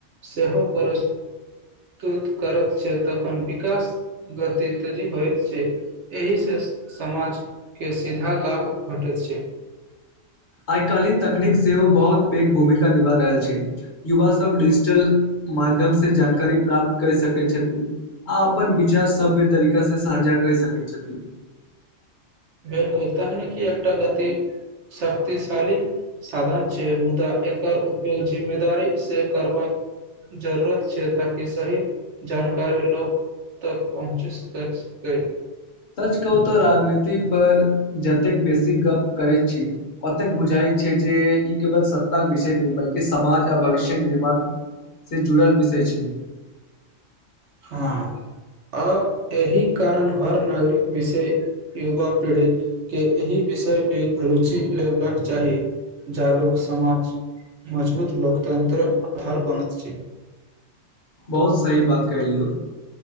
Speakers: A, on the right (about 65°); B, on the left (about 60°).
A: सेहो प्रस्तुत करत छै, तखन विकास गति तेजी होएत छै, एहि से समाज के सीधा लाभ भटैत छै।
B: आय काल्हि तकनीक सेहो बहोत पैघ भूमिका निभा रहल छै, युवा सब डिजिटल माध्यम से जानकारी प्राप्त कर सकै छथि, आ अपन विचार सभ्य तरीका से सांझा कर सकै छथि।
A: बिलकुल तकनीकी एकटा गति शक्तिशाली साधन छै, मुदा एकर उपयोग जिम्मेदारी से करबाक जरूरत छै ताकि सही जानकारी लोक तक पहुँच सकसतै।
B: सच कहू तऽ राजनीति पर जतेक बेसी गप्प करै छी, ओतेक बुझाय छै जे ई केवल सत्ता के विषय नै बल्कि समाज भविष्यक निर्माण से जुड़ल विषय छै।
A: हाँ अ एहि कारण हर नागरिक विषय युवा पीढ़ीक के एहि विषय मे रुचि लेबाक चाही, जागरूक समाज मजबूत लोकतन्त्र अधार बनैत छै।
B: बहुत सही बात केहलियौ,